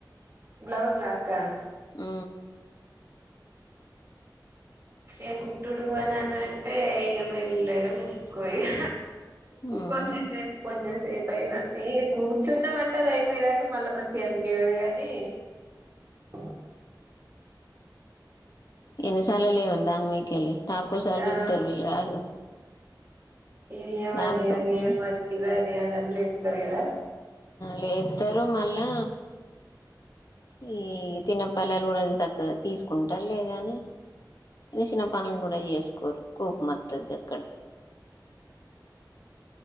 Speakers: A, on the right (about 40°); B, on the left (about 60°).
A: బ్లౌజ్ లాక్క
B: ఆ
A: ఏ కుట్టుడు అని అన అంటే ఇక మెల్లగా కుక్కుకో ఇగ
B: మ్మ్
A: కొంచెం సేపు కొంచం సేపు సేపుయినా ఇక కూర్చున్నా అంటే అది అయిపోయదాకా మళ్ళా మంచిగా చనిపయదు కాని ఓ
B: ఎన్నిసార్లు లేవని దాన్ని మీకెళ్ళి టాపకోసార్లు
A: ఆ
B: పిలుతారు వీళ్ళు కాదు
A: ఇదియమని
B: తాపుకోపని
A: అదియమని ఇదనీ అదని లేపుతారు కదా
B: లేపుతారు మళ్ళా ఈ తినపల్లెలు కూడాది చక్క తీసుకుంటారులే ని చిన్న చిన్న పనులు కూడా చేసుకోరు కోపం మత్తది అక్కడ